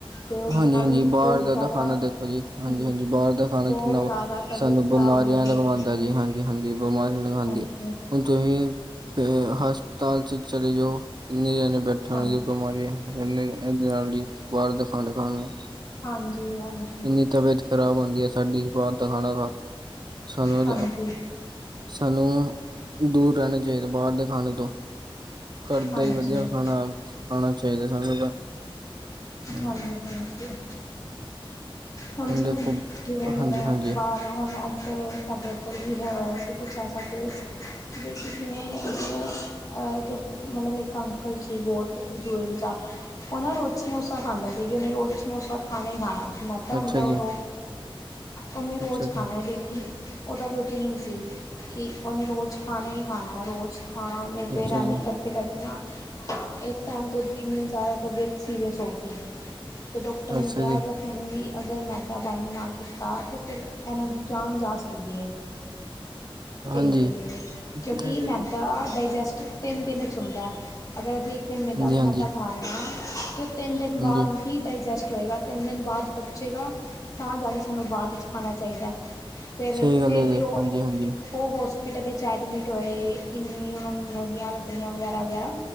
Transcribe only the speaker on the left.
ਤੇ ਉਸਦੇ
ਨਾਲ
ਬਹੁਤ ਜ਼ਿਆਦਾ
ਹਮ
ਬਹੁਤ
ਜ਼ਿਆਦਾ ਤਬੀਅਤ
ਖ਼ਰਾਬ ਹੋ ਜਾਂਦੀ
ਹੈ ਹਮ
ਹਾਂਜੀ
ਹਾਂਜੀ
ਹਾਂਜੀ-ਹਾਂਜੀ।
ਹਾਂਜੀ
ਹਾਂਜੀ
ਹਾਂਜੀ-ਹਾਂਜੀ।
ਹੁਣ ਜਿਵੇਂ
ਕਿ ਕਹਿਦੇ
ਨੇ ਬਾਹਰ ਹੁਣ ਇੱਧਰ ਸਾਡੇ ਇੱਧਰ ਵੀ ਹੈਗਾ ਸੀ ਕੁਛ ਐਸਾ ਕੁ ਕੀ ਕਿਸੀ ਨੇ ਉਸੇ, ਅ ਇੱਕ ਮਤਲਬ ਇੱਕ ਅੰਕਲ ਸੀ ਬਹੁਤ ਬਜ਼ੁਰਗ ਜਾ, ਉਹ ਨਾ ਰੋਜ਼ ਸਮੋਸਾ ਖਾਂਦਾ ਸੀ ਗਾ ਉਹਨੇ ਰੋਜ਼ ਸਮੋਸਾ ਖਾਣਾ ਹੀ ਖਾਣਾ ਹੁੰਦਾ-ਹੁੰਦਾ
ਓਦੋ ਉਹਨੇ ਰੋਜ਼
ਖਾਣਾ ਡੇਲੀ ਡੇਲੀ ਉਹਦਾ ਰੂਟੀਨ ਸੀ ਕਿ ਉਹਨੇ ਰੋਜ਼ ਖਾਣਾ ਹੀ ਖਾਣਾ ਰੋਜ਼ ਖਾਣਾ ਉਹਨੇ ਫੇਰ
ਐਵੇਂ ਕਰਦੇ-ਕਰਦ ਨਾ ਇੱਕ ਟਾਈਮ ਤੇ ਉਹਦੀ ਇੰਨੀ ਜ਼ਿਆਦਾ ਤਬੀਅਤ ਸੀਰੀਅਸ ਹੋ ਗਈ। ਤੇ ਡਾਕਟਰ
ਨੇ ਕਿਹਾ
ਅਗਰ ਹੁਣ ਵੀ ਅਗਰ ਮੈਦਾ ਬੰਦ ਨਾ ਕੀਤਾ ਤਾਂ ਫਿਰ ਇਹਨਾਂ ਦੀ ਜਾਨ ਜਾ ਸਕਦੀ ਐ।
ਤੇ
ਕਿਉਂਕਿ
ਮੈਦਾ
ਡਾਇਜੈਸਟ ਤਿੰਨ ਦਿਨ ਚ ਹੁੰਦਾ ਹੈ। ਅਗਰ ਅਸੀਂ ਇੱਕ ਦਿਨ ਮੈਦਾ
ਮੈਦਾ ਖਾ ਰਹੇ ਹਾਂ ਅਤੇ ਉਹ ਤਿੰਨ ਦਿਨ ਬਾਅਦ
ਹੀ ਡਾਇਜੈਸਟ ਹੋਏਗਾ ਤਿੰਨ ਦਿਨ ਬਾਅਦ ਪਚੇਗਾ ਤਾਂ ਜਾ ਕੇ ਤੁਹਾਨੂੰ ਬਾਅਦ ਵਿੱਚ ਖਾਣਾ ਚਾਹੀਦਾ ਹੈ ਫਿਰ-ਫਿਰ
ਵੀ ਉਹ
ਓ ਹੋਸਪਿਟਲ ਵਿੱਚ ਐਡਮਿਟ ਹੋਏ ਇੰਨੀ ਉਹਨਾਂ ਨੂੰ ਨਲੀਆਂ ਲਗੀਆਂ ਵਗੈਰਾ-ਵਗੈਰਾ।